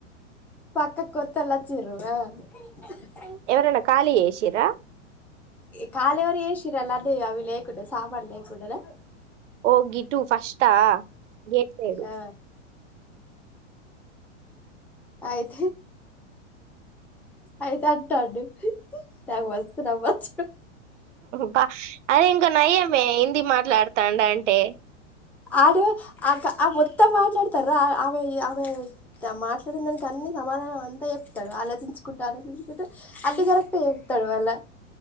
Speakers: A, in the centre; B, on the right.
A: పక్కక్ కొత్తోలొచిర్రు ఆ. <unintelligible>
B: ఎవరన్న ఖాాలియేషిరా
A: ఏ కాలెవరెశిరు ఏరలాంటి అవి లేకుండె సామాన్ లేకుండె న
B: ఒ గిటు ఫస్ట్ టా గెట్లేడు
A: ఆ అయితే అయితే అంటాండు నాకు వస్తే నవ్వచ్చు
B: బ అదే ఇంక నయమే హిందీ మాట మాట్లాడ్తాండ్ అంటె
A: ఆడ ఆ ఆ మొత్తం మాట్లాడతార ఆమె ఆమె మాట్లాడిన దానికి అన్నీ సమాధానం అంతా చెప్తాడు ఆలోచించుకుంటూ ఆలోచించుకుంటే అన్ని కరెక్టే చెప్తడు మళ్ళ